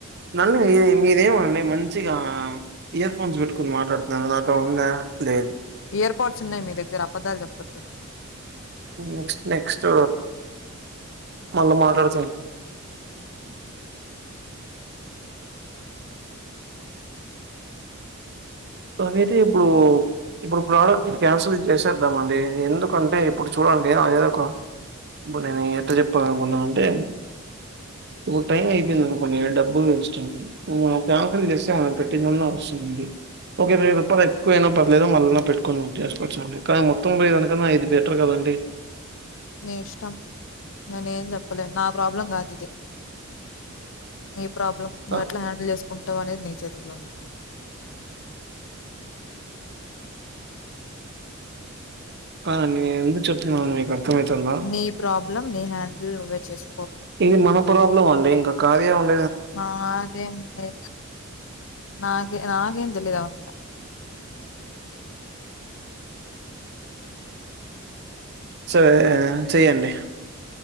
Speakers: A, on the right; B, on the left.
A: నన్ను మీ మీదేమండి మంచిగా ఇయర్ ఫోన్స్ పెట్టుకుని మాట్లాడుతున్నాను నాకు అది ఉందా లేదు
B: ఎయిర్పోడ్స్ ఉన్నాయి మీ దగ్గర అబద్ధాలు చెప్పొద్దు
A: నెక్స్ట్ నెక్స్ట్ మళ్ళా మాట్లాడుతుం అకైతే ఇప్పుడు ఇప్పుడు ప్రోడక్ట్ క్యాన్సిల్ చేసేద్దామ అండి ఎందుకంటే ఇప్పుడు చూడండి అ ఏదో ఒక ఇప్పుడు నేను ఎట్లా చెప్పాలి అనుకున్నాను అంటే ఇప్పుడు టైం అయిపోయింది అనుకున్నా డబ్బులు వేస్ట్ండినం క్యాన్సిల్ చేస్తే మనం పెట్టిందన్నా వస్తుందండి ఒకే వెయ్యి రూపాయలు ఎక్కువ అయిన పర్లేదో మళ్ళనా పెట్కొని బుక్ చేసుకోవచ్చాండి కానీ మొత్తం పోయానుకన్నా ఇది బెటర్ కదండి
B: నీ ఇష్టం నేనే ఏం చెప్పలేను నా ప్రాబ్లం కాదు ఇది నీ ప్రాబ్లం నువ్వు
A: క
B: ఏట్లా హ్యాడిల్ చెస్ కుంటవానేది నీ చేతుల్లో ఉంది
A: కా నేను ఎందుకు చెప్తున్నా మీక అర్థమైతుందా
B: నీ ప్రాబ్లం నీ హ్యాండ్ తో నువ్వే చెస్
A: ఇది మన ప్రాబ్లం అలా ఇంకా కార్య ఉన్న
B: అదే నాే నాకేం నాకేం తెలీదు అవంత
A: స చె్యండి